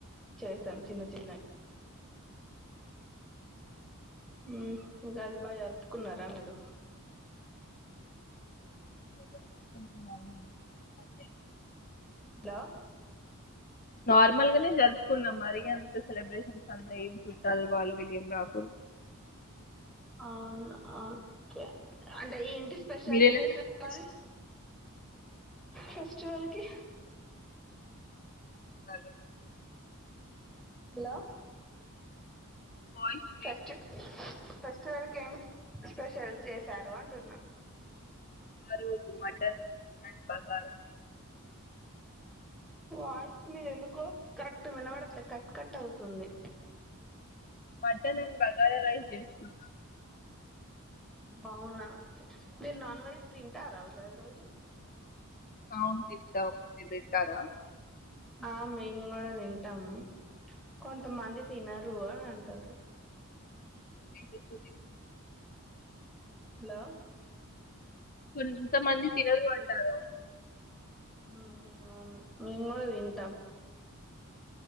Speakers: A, in the centre; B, on the left.
A: చేసాం చిన్న చిన్నవి హు ఉగాది బాగా జరుపుకున్నారా మీరు
B: <inaudible>
A: హలో
B: నార్మల్ గానే జరుపుకున్నాం మరి అంత సెలబ్రేషన్స్ అంతా ఏం చుట్టాలు వాళ్ళు వీళ్ళు ఏం రాకు
A: అవునా ఓకే అంటే ఇంటి స్పెషల్
B: మీరెలా
A: చేసేరు
B: సెలబ్రేట్
A: ఫెస్టివల్ కి
B: వాలి
A: hello
B: voice break
A: fest fest festival కి ఏం స్పెషల్ చేశారు అంటున్నా
B: ఆ రోజు మటన్ లాంటివి బగారా రైస్
A: వాయిస్ మీద ఎందుకో కరెక్ట్ వినబడట్లేదు కట్ కట్ అవుతుంది
B: మటన్ అండ్ బగారా రైస్ చేసుకున్నాం
A: బావున్నా అంతే మీరు నాన్ వెజ్ తింటారా ఉగాది రోజు
B: అవును తింటాం మీరు తింటారా
A: ఆ మేము కూడా తింటాము కొంతమంది తినరు ఆ అంటారు
B: ఏంటి ఫుడ్
A: హలో
B: కొంతమంది తినరు అంటారు
A: హా అవును మేము కూడా తింటాం